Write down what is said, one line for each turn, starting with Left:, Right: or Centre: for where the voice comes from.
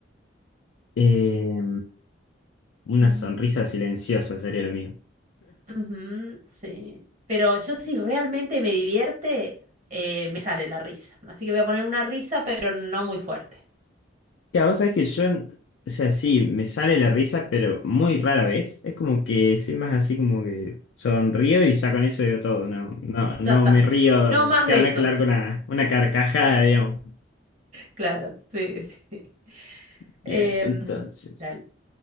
Left: Eh, una
Right: Mm,
Left: sonrisa silenciosa sería lo mío.
Right: ujú, sí. Pero yo si realmente me divierte, eh, me sale la risa. Así que voy a poner una risa pero no muy fuerte.
Left: Ya, vos sabés que yo, o sea, sí, me sale la risa, pero muy rara vez. Es como que soy más así como que sonrío y ya con eso digo todo. No, no, no
Right: Ya está.
Left: me río.
Right: No más
Left: Claro,
Right: de eso.
Left: no es que largo
Right: <laughs>
Left: una, una carcajada, digamos.
Right: Claro, sí, sí.
Left: Bien,
Right: Em,
Left: entonces,
Right: dale.